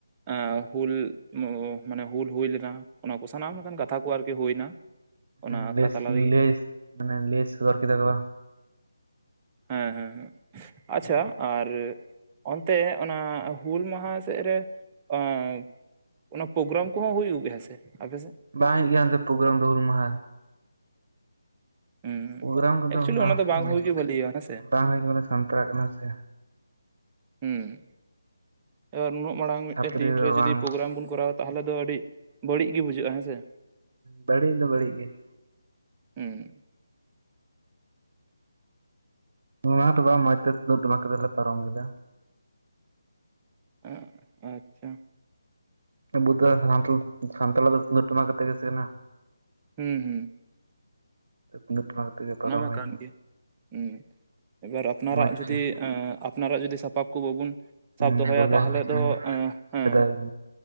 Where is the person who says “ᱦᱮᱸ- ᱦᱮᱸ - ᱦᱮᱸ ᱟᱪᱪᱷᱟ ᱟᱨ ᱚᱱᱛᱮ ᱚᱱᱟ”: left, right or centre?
Right